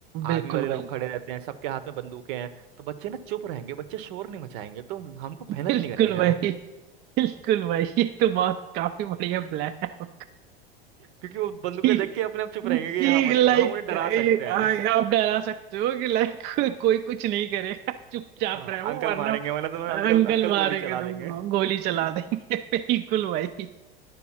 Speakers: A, on the right; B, on the right.
A: बिल्कुल
B: आर्मी वाले लोग
A: भाई
B: खड़े रहते हैं सबके हाथ में बंदूकें हैं तो बच्चे ना चुप रहेंगे बच्चे शोर नहीं मचाएंगे तो हमको
A: बिल्कुल
B: मेहनत नहीं करनी ज्यादा
A: भाई बिल्कुल भाई ये तो बहुत काफी बढ़िया प्लान है आपका
B: क्योंकि वो बंदूकें
A: कि
B: देख के अपने आप चुप रहेंगे कि हाँ मत
A: लाइक
B: बोलो हम उन्हें डरा सकते हैं
A: आप डरा सकते हो कि लाइक कोई कुछ नहीं करेगा चुपचाप
B: हाँ
A: रहो
B: अंकल
A: वरना
B: मारेंगे वरना तुम्हें
A: अंकल
B: अंकल अंकल
A: मारेंगे
B: गोली चला
A: तुमको
B: देंगे <laughs>
A: गोली चला देंगे <laughs> बिल्कुल भाई